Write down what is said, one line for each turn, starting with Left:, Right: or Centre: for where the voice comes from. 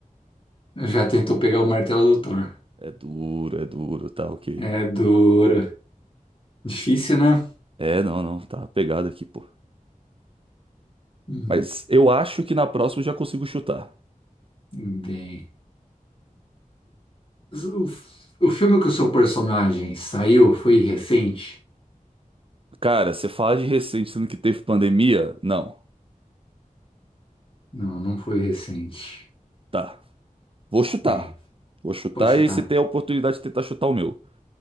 Left: Já tentou pegar o martelo do Thor.
Right: É duro, é duro, tá ok.
Left: É duro. Difícil, né?
Right: É, não, não, tá pegado aqui, pô.
Left: Hum,
Right: Mas eu acho que na próxima eu já consigo chutar.
Left: bem. O, o, o filme que o seu personagem saiu foi recente?
Right: Cara, você fala de recente, sendo que teve pandemia? Não.
Left: Não, não foi recente.
Right: Tá. Vou chutar.
Left: Bem,
Right: Vou chutar
Left: pode chutar.
Right: e você tem a oportunidade de tentar chutar o meu.